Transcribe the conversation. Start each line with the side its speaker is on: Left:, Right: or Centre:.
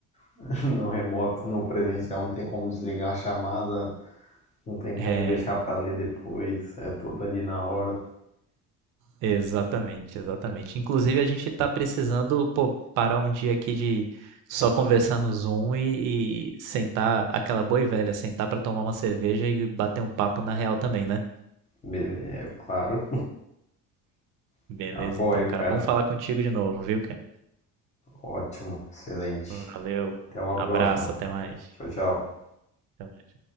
Left: <laughs> no remoto, no presencial, não tem como desligar a chamada, não tem
Right: é,
Left: como deixar pra ler depois, é tudo ali na hora.
Right: exatamente, exatamente. Inclusive, a gente está precisando, pô, parar um dia aqui de só conversar no Zoom e, e sentar, aquela boa e velha, sentar para tomar uma cerveja e bater um papo na real também, né?
Left: Beleza, é, claro.
Right: Beleza,
Left: <laughs> Apoio,
Right: então,
Left: cara.
Right: cara, bom falar contigo de novo, viu, cara?
Left: Ótimo, excelente.
Right: Valeu,
Left: Até uma
Right: abraço,
Left: próxima.
Right: até mais.
Left: Tchau, tchau.
Right: Até mais.